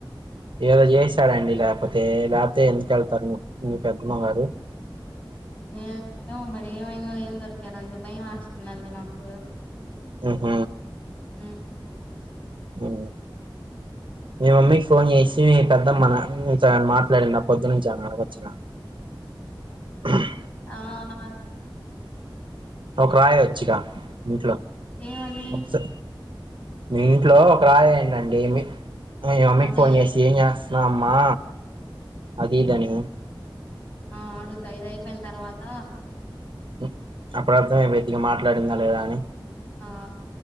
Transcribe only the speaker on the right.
ఏదో చేసాడండి లేకపోతే లేకపోతే ఎందుకు వెళ్తారు మీ పెద్దమ్మ గారు
హుమ్
ఆ మీ మమ్మీకి ఫోన్ చేసి పెద్దమ్మ మాట్లాడినా పొద్దు నుంచి అ వచ్చిన హుమ్
ఒక రాయ వచ్చిక ఇంట్లో
ఒకసా మీ ఇంట్లో ఒక రాయయండిండిమి నే మమ్మీకి
ఫోన్ చేసి ఏం చేస్తున్నావ్ అమ్మా అది ఇది అని
ఉమ్, అప్పుడు <unintelligible> ఇగా మాట్లాడిందా
లేదా అని